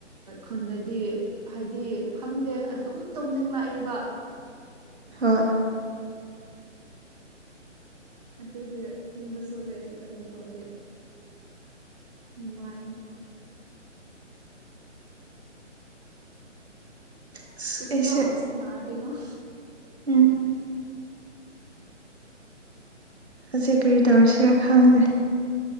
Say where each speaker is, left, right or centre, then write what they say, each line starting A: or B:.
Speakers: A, on the right; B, on the right.
A: ꯈꯨꯟꯗꯗꯤ ꯍꯥꯏꯗꯤ ꯈꯪꯗꯦ ꯑꯗꯨꯝ ꯇꯨꯝꯅꯤꯡꯂꯛꯑꯦꯕ
B: ꯍꯣꯏ
A: ꯑꯗꯨꯒ ꯇꯨꯝꯕꯁꯨꯣ ꯀꯥꯏꯁꯨ ꯀꯥꯏꯩꯅꯣ ꯇꯧꯗꯦ ꯅꯨꯡꯉꯥꯏ
B: ꯑꯁ
A: ꯁꯨꯛꯅꯥ
B: ꯑꯩꯁꯦ
A: ꯍꯥꯁꯨ ꯅꯇꯅꯣ
B: ꯎꯝ ꯍꯧꯖꯤꯛ ꯀꯔꯤ ꯇꯧꯔꯁꯤꯔ ꯈꯪꯗꯦ